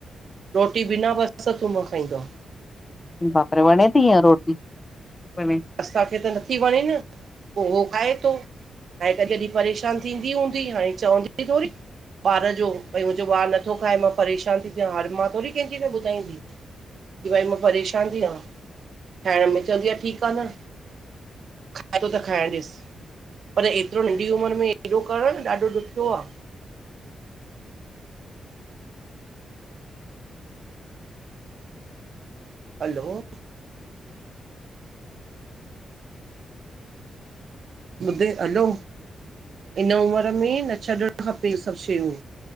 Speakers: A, on the right (about 60°); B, on the left (about 25°).
A: रोटी बिना बसर, थूम खाईंदो आ।
B: बापरे वणे ती इय रोटी, वणे
A: असांखे त नथी वणे न, पो हो खाए थो। हाणे त ज़ॾहि परेशान थींदी हूंदी हाणे चवंदी थोरी। ॿार जो भई मुहिंजो ॿार नथो खाए मां परेशान थी थ्यां, हर मां थोरी कहिंज़ी बि बुधाईंदी। की भई मां परेशान थीयां ठाहिण में चवंदी आह ठीक आहे न। खाइ थो त खाइण ॾिस। पर एतरो नंढी उमर में एॾो करण ॾाढो ॾुखियो आ। हलो। ॿुधे हलो इन उमर में न छॾणु खपे इ सभ शयूं।